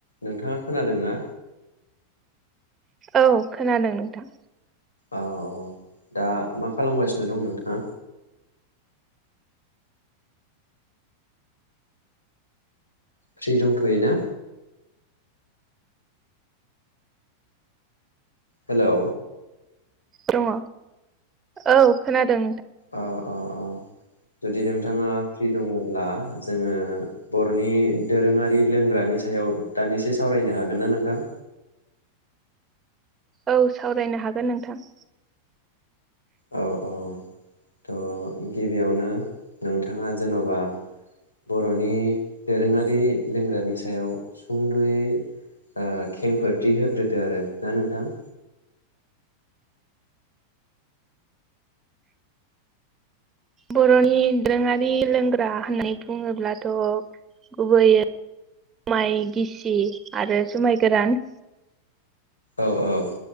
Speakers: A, on the left; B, on the right.
A: नोंथाङा खोनादों ना?
B: औ खोनादों नोंथां।
A: औ औ दा मा खालामगासिनो दं नोंथाङा? फ्रि दंथ'यो ना? हेलौ
B: दङ औ खोनादों।
A: अ अ अ जुदि नोंथाङा फ्रि दङब्ला जोङो बर'नि दोरोङारि लोंग्रानि सायाव दान्दिसे सावरायनो हागोन ना नोंथां?
B: औ सावरायनो हागोन नोंथां।
A: औ औ थ गिबियावनो नोंथाङा जेनबा बर'नि दोरोङारि लोंग्रानि सायाव सुंद'यै ओ खेंफोरथि होग्रोदो आरो ना नोंथां?
B: बर'नि दोरोङारि लोंग्रा होननानै बुङोब्लाथ' गुबैयै जुमाय गिसि आरो जुमाय गोरान
A: औ औ